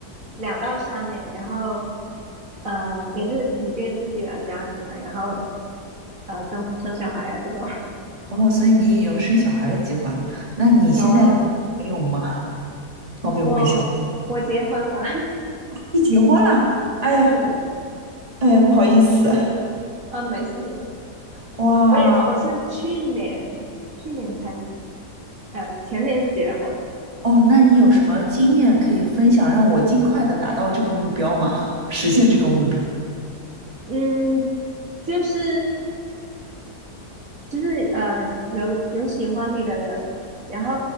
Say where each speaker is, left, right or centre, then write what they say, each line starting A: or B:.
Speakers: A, on the right (about 50°); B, on the right (about 20°).
A: 两到三年，然后呃，也是组建自己的家庭啊，然后呃，生生小孩啊这种。<laughs>
B: 哦，所以你也有生小孩的计划？那你现在有男朋友吗？
A: 有啊，
B: 方便问一下吗，
A: 我我结婚了，
B: 你结婚了？
A: <laughs>
B: 哎呀，
A: 对对对，
B: 哎呀，不好意思，
A: 啊，没事，
B: 哇，
A: 我也我是去年去年才呃，前年结的婚，
B: 哦，那你有什么经验可以分享，让我尽快的达到这个目标吗？<laughs> 实现这个目标？
A: 嗯，就是就是呃，有有喜欢你的人，然后